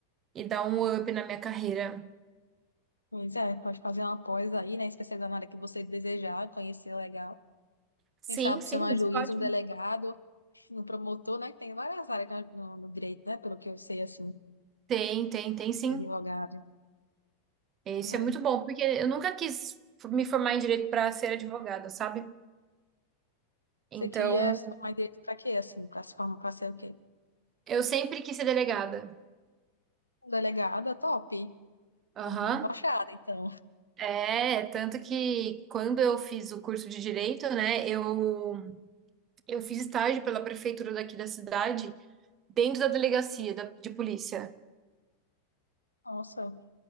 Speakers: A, on the right (about 30°); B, on the left (about 85°).
A: e dar um up na minha carreira.
B: Pois é, pode fazer uma pós aí, né? Especializar na área que você desejar, conhecer legal.
A: Sim,
B: Quem sabe
A: sim,
B: ser um
A: isso
B: juiz,
A: é ótimo.
B: um delegado, um promotor, né? Tem várias áreas no, no- no direito, né? Pelo que eu sei, assim,
A: Tem, tem, tem sim.
B: advogado.
A: É, Isso
B: Aí,
A: é muito bom, porque eu nunca quis me formar em direito para ser advogada, sabe? Então,
B: você queria se formar em direito pra quê, assim? Pra se formar, pra ser o quê?
A: eu sempre quis ser delegada.
B: Um delegado é top.
A: Aham.
B: Uma rochada, então.
A: É, tanto que quando eu fiz o curso de direito, né, eu, eu fiz estágio pela prefeitura daqui da cidade, dentro da delegacia da- de polícia.
B: Nossa,